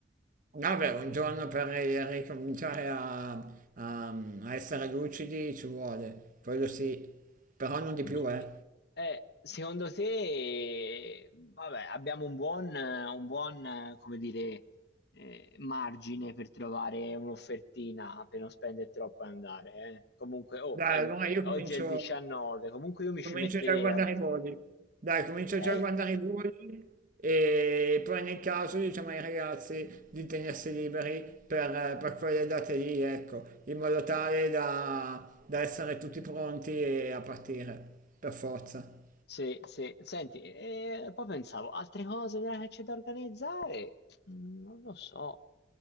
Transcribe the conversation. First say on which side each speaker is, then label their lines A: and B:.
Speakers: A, on the right (about 45°); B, on the left (about 60°).
A: vabbè, un giorno per ri- ricominciare a, a- a essere lucidi ci vuole, quello sì, però non
B: Quindi,
A: di più, eh.
B: eh, secondo te, vabbè, abbiamo un buon, eh, un buon, eh, come dire, eh, margine per trovare un'offertina per non spendere troppo e andare. eh. Comunque, oh,
A: Dai,
B: è il-
A: allora
B: è-
A: io comincio...
B: oggi è il 19, comunque io mi
A: Comincio
B: ci metterei
A: già a guardare
B: a...
A: i voli. Dai, comincio
B: Eh,
A: già a guardare i voli e poi nel caso diciamo ai ragazzi di tenersi liberi per, per quelle date lì, ecco, in modo tale da, da essere tutti pronti e a partire, per forza.
B: Sì, sì. Senti, e poi pensavo, altre cose da- che c'è da organizzare? Mm, Non lo so.